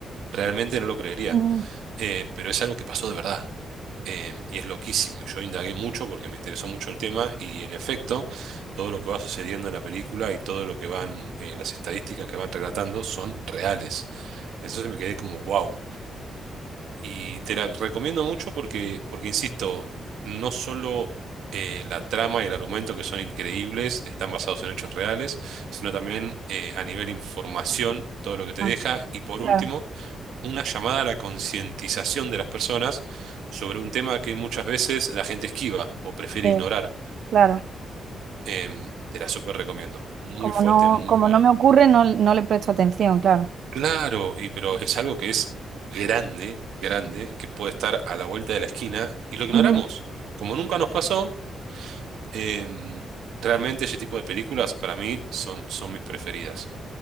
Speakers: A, on the right (about 80°); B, on the right (about 60°).
A: Realmente no lo creería,
B: Mm,
A: eh, pero es algo que pasó de verdad. eh, y es loquísimo. Y yo indagué mucho porque me interesó mucho el tema y en efecto, todo lo que va sucediendo en la película y todo lo que van, eh, las estadísticas que van relatando son reales. Entonces me quedé como, wow. y te la recomiendo mucho porque, porque insisto, no solo... eh, la trama y el argumento que son increíbles, están basados en hechos reales, sino también eh, a nivel información, todo lo que te
B: ah,
A: deja. Y por
B: claro,
A: último, una llamada a la concientización de las personas sobre un tema que muchas veces la gente esquiva o prefiere
B: sí,
A: ignorar.
B: claro.
A: Em, te la súper recomiendo. Muy
B: Como
A: fuerte,
B: no,
A: muy
B: como
A: buena.
B: no me ocurre, no, no le presto atención, claro.
A: Claro, y pero es algo que es grande, grande, que puede estar a la vuelta de la esquina y lo ignoramos.
B: Ujú.
A: Como nunca nos pasó, em, realmente ese tipo de películas para mí son, son mis preferidas,